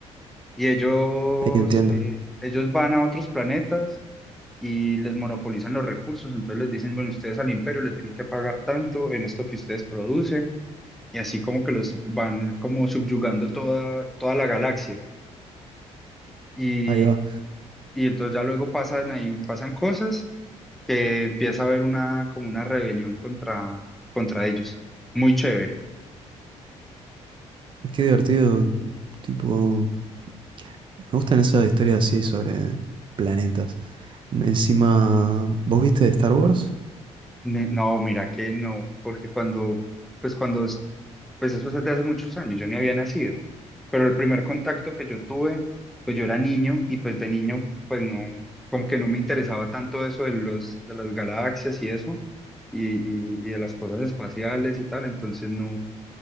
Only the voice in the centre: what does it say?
y ellos,
eh, ellos van a otros planetas y les monopolizan los recursos, entonces les dicen, bueno, ustedes al imperio le tienen que pagar tanto en esto que ustedes producen, y así como que los van como subyugando toda, toda la galaxia. Y,
y entonces ya luego pasan ahí, pasan cosas que empieza a haber una, como una rebelión contra, contra ellos. Muy chévere.
Ne- No, mira que no, porque cuando, pues cuando pues eso es desde hace muchos años, yo ni había nacido, pero el primer contacto que yo tuve, pues yo era niño y pues de niño, pues no, como que no me interesaba tanto eso de los, de las galaxias y eso, y, y, y de las cosas espaciales y tal, entonces no,